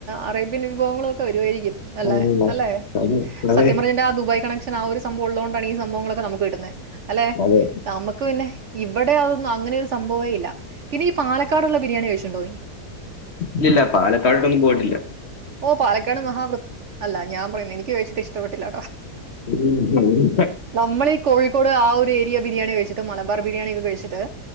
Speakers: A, on the right (about 60°); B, on the left (about 45°).
A: അറേബ്യൻ വിഭവങ്ങളൊക്കെ വരുവായിരിക്കും നല്ലെ
B: അള്ളാ
A: അല്ലെ
B: അതെ അതെ
A: സത്യം പറഞ് കഴിഞ്ഞാ ആ ദുബായ് കണക്ഷ ആഹ് ഒരു സംഭവം ഉള്ളതോണ്ടാണ് ഈ സംഭവങ്ങളൊക്കെ നമുക്ക് കിട്ടുന്നേ അല്ലെ
B: അതെ
A: നമ്മക്ക് പിന്നെ ഇവിടെ അതൊന്നും അങ്ങനെ ഒരു സംഭവേ ഇല്ല പിന്നെ ഈ പാലക്കാടുള്ള ബിരിയാണി കഴിച്ചിട്ടുണ്ടോ നീ?
B: ഇല്ലില്ല പാലക്കാടട്ടൊന്നും പോയിട്ടില്ല
A: ഓഹ് പാലക്കാട് മഹാ വൃത് അല്ല ഞാൻ പറയുന്നു എനിക്ക് കഴിച്ചിട്ട് ഇഷ്ടപ്പെട്ടില്ല
B: ഉം
A: നമ്മളി കോഴിക്കോട് ആഹ് ഒരു ഏരിയ ബിരിയാണി കഴിച്ചിട്ട് മലബാർ ബിരിയാണി ഒക്കെ കഴിച്ചിട്ട്